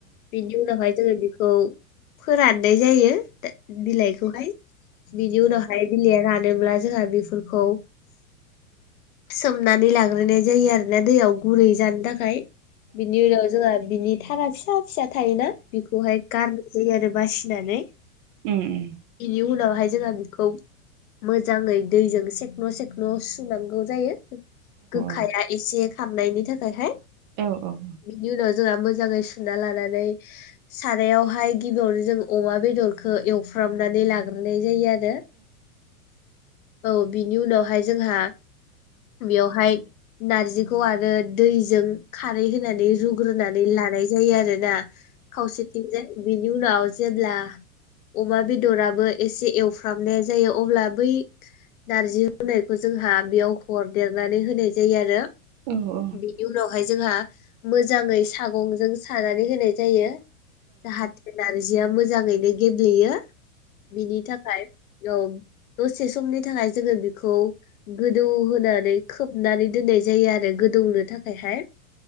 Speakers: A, on the left; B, on the right.
A: बेनि उनावहाय जोङो बेखौ फोराननाय जायो बिलाइखौहाय बिनि उनाव -फाय बिलाइया रानोब्ला जोंहा बेफोरखौ सोमनानै लाग्रोनाय जायो आरोना दैयाव। गुरै जानो थाखाय बिनि उनाव जोंहा बिनि थारा फिसा फिसा थायोना। बेखौहाय गारनाय जायो आरो बासिनानै।
B: उम उम।
A: इनि उनावहाय जोंहा बेखौ मोजाङै दैजों सेखन' सेखन' सुनांगौ। जायो गोखाया
B: औ
A: एसे खारनायनि थाखायहाय।
B: औ औ।
A: बिनि उनाव जोंहा मोजाङै सुना लानानै सारायावहाय गिबियावनो जों अमा बेदरखौ एवफ्रामनानै लाग्रोनाय जायो आरो। औ बिनि उनावहाय जोंहा बेवहाय नारजिखौ आरो दैजों खारै होनानै रुग्रोनानै लानाय जायो आरोना। खौसेथिंजाय बिनि उनाव जेब्ला अमा बेदराबो एसे एवफ्रामनाया जायो अब्ला बै नारजियाव रुनायखौ जोंहा बेयाव हरदेरनानै होनाय जायो आरो।
B: औ औ।
A: बेनि उनावहाय जोंहा मोजाङै सागंजों सानानै होनाय जायो जाहाथे नारजिया मोजाङैनो गेब्लेयो बिनि थाखाय। औ दसे समनि थाखाय जोङो बेखौ गोदौहो -नानै खोबनानै दोननाय जायो आरो गोदौनो थाखायहाय।